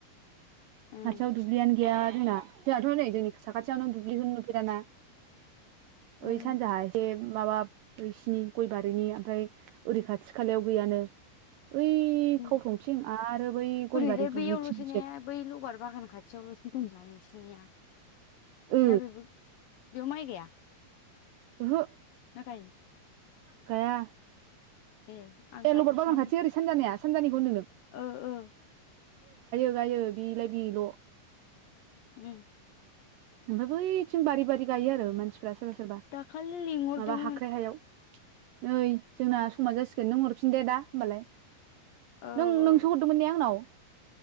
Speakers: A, on the left; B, on the right.
A: ओं
B: खाथियाव दुब्लियानो गैया जोंना जोंहाथ' नै जोंनि साखाथियावनो दुब्लिखौ नुफेराना
A: ओं
B: बै सानजा एसे माबा बिसिनि गय बारिनि ओमफ्राय ओरै खाथि खालायाव गैयानो ओइ
A: ओं
B: खावथंथिं आरो बै
A: ओरैजाय
B: गयबारि
A: बैयावल'सो
B: दुग्लिथिंसो
A: ने बै लबार बागान खाथियावल' जि दं ना नोंसिनिया
B: ओ
A: ना बेबो बेयाव माइ गाया
B: ओहो
A: ना गायो
B: गाया
A: ए आं
B: ए
A: गायो
B: लबार बागान
A: सानो
B: खाथि ओरै सानजानाया सानजानिखौ होनदों नोङो
A: ओ ओ
B: जायो बिलाय बेल'
A: उम
B: ओमफ्राय बैथिं बारि बारि गायो आरो मानसिफ्रा सोरबा सोरबा
A: दाखालि लिंहरदोंमोन
B: माबा हाख्राइ हायाव नै जोंना समा जासिगोन नों हरफिन दे दा होमबालाय
A: औ
B: नों
A: औ
B: नोंसो हरदोंमोन नेे आंनाव